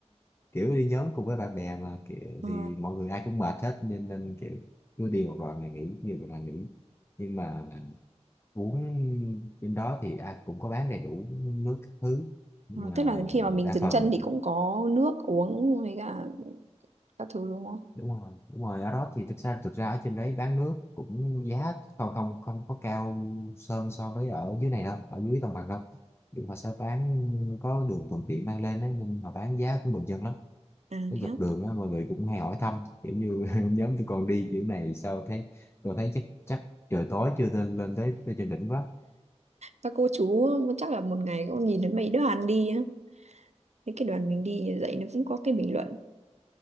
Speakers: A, on the left; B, on the right.
A: kiểu đi nhóm cùng với bạn bè mà kiểu,
B: Ờ,
A: thì mọi người ai cũng mệt hết nên nên kiểu cứ đi một đoạn này nghỉ nhiều đoạn là nghỉ nhưng mà Bún bên đó thì à, cũng có bán đầy đủ nước các thứ nhưng
B: ờ,
A: mà
B: Tức là khi mà mình
A: đa
B: dừng
A: phần
B: chân thì cũng có nước uống với cả các thứ đúng không?
A: đúng rồi đúng rồi ở đó thì thực ra thực ra ở trên đấy bán nước cũng giá còn không không có cao sơn so với ở dưới này đâu ở dưới đồng bằng đâu nhưng mà sẽ bán có đường thuận tiện mang lên đấy nên mà bán giá cũng bình dân lắm
B: À
A: cái
B: thế
A: dọc
B: á.
A: đường á mọi người cũng hay hỏi thăm kiểu như <laughs> nhóm tôi còn đi kiểu này sao thấy tôi thấy chắc chắc trời tối chưa lên lên tới, tới trên đỉnh quá
B: Các cô chú chắc là một ngày cũng nhìn đến mấy đoàn đi á. Thế cái đoàn mình đi dạy nó cũng có cái bình luận.